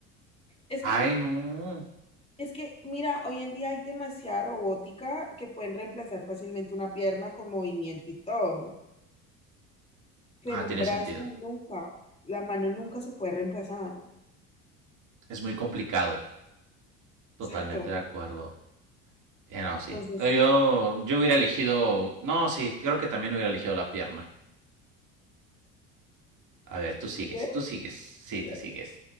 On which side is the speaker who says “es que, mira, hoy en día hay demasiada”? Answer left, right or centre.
Left